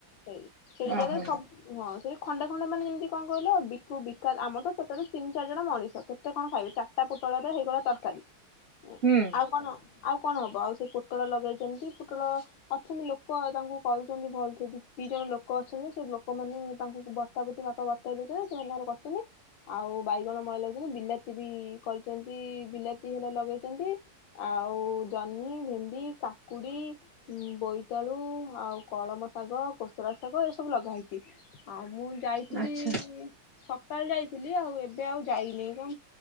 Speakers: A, on the left; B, on the right.
A: ସେଇ ସେଠି
B: ଓହୋ
A: ଜାଗାରେ ସବୁ ହଁ ସେଠି ଖଣ୍ଡେ ଖଣ୍ଡେ ମାନେ ଯେମିତି କଣ କହିଲ ବିକୁ ବିକାଶ ଆମ ତତଟରୁ ତିନି ଚାରି ଜଣ ମଣିଷ କେତେ କଣ ଖାଇବେ ଚାରିଟା ପୋଟଳରେ ହେଇଗଲା ତରକାରୀ। ହ
B: ହୁଁ
A: ଆଉ କଣ ଆଉ? କଣ ହବ ଆଉ ସେ ପୋଟଳ ଲଗେଇଛନ୍ତି ପୋଟଳ ଅଛନ୍ତି ଲୋକ ତାଙ୍କୁ କରୁଛନ୍ତି ଭଲ ସେ ଦ ଦୁି ଜଣ ଲୋକ ଅଛନ୍ତି ସେ ଲୋକମାନେ ତାଙ୍କୁ ବତାବତି ବାପା ବର୍ତ ଦେଉଛନ୍ତି ସେମାନଙ୍କର କରିଛନ୍ତି ଆଉ ବାଇଗଣ ମଳେ ଲଗାଇଛନ୍ତି ବିଲାତି ବି କରିଛନ୍ତି ବିଲାତି ହେଲେ ଲଗେଇଛନ୍ତି ଆଉ ଜହ୍ନି ଭେଣ୍ଡି କାକୁଡ଼ି ବୋଇତାଳୁ ଆଉ। କଳମ ଶାଗ କୋଷୁର ଶାଗ ଏସବୁ ଲଗା ହେେଇଛି ଆଉ। ମୁଁ ଯାଇଥିଲି
B: ଆଚ୍ଛା
A: ସକାଳେ ଯାଇ ଥିଲି ଆଉ ଏବେ ଆଉ ଯାଇନି କଣ